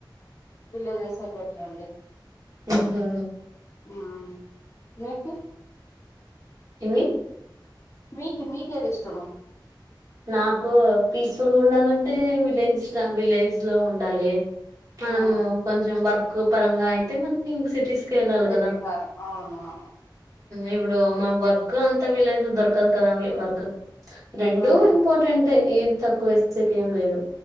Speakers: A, on the left; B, on the right.
A: విలేజసే బెటరండి
B: ఉహు
A: ఆ నీకి
B: ఏమి
A: మీకు మీకేది ఇష్టము
B: నాకు పీస్ఫుల్గ ఉండాలంటే విలేజ్ ఇష్టం విలేజ్ లో ఉండాలి. మనము
A: మ్మ్
B: కొంచెం వర్క్ పరంగ అయితే మనకి సిటీస్ కి వెళ్ళాలి
A: <unintelligible>
B: కదా
A: అవునవును
B: ఇప్పుడు మా వర్క్ అంతా విలేజ్లో దొరకదు కదా వర్క్ రెండూ
A: మ్మ్
B: ఇంపార్టెంటె ఏది తక్కువ వేసకి ఏం లేదు